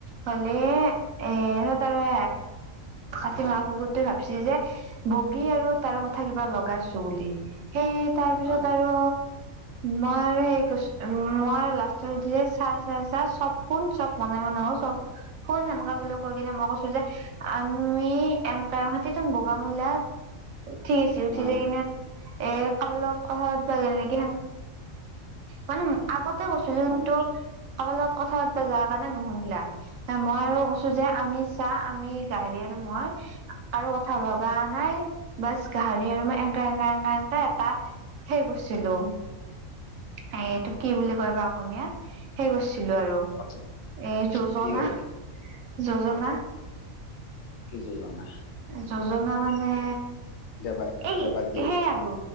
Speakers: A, on the right; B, on the left.
A: হ'লে এহত আৰু, কাতি মাহৰ কুকুৰটোৱে ভাবিছে যে বগী আৰু তাৰ কথা কিবা লগাইছো বুলি। সেই তাৰ পিছত
B: হয়
A: আৰু মই আৰু হেৰি কৈছোঁ। উম্, মই লাষ্টত উঠিছে চাহ চাই চাহ চব শোন চব মনে মনে হ চব, কোন সেনকা বুলি কৈ কিনে মই কৈছোঁ যে। আমি এন কা হাতীত বগামূলা, ঠিক আছে, উঠি
B: অ
A: যাই কিনে এ কাবা লগত কথা পাত বা নেকি মানে আগতে কৈছিলোঁ
B: হয়
A: কিন্তু কাৰোবাৰ লগত কথা পাতিব যোৱাৰ কাৰণে নুশুনিলা। মই আৰু কৈছোঁ যে আমি চাহ আমি গাহৰি আৰু মই- আৰু কথা লগাও নাই বাছ, গাহৰি আৰু মই এনেকা এনেকা এনেকা এ এটা সেই কৰিছিলোঁ। এ এইটো কি বুলি কয় বা অসমীয়াত, সেই কৰিছিলোঁ আৰু।
B: পাছত
A: এই যোজনা,
B: কি হ'ল
A: যোজনা।
B: কি যোজনা।
A: যোজনা মানে,
B: দেবা
A: এই
B: দেবা দি
A: সেই আৰু।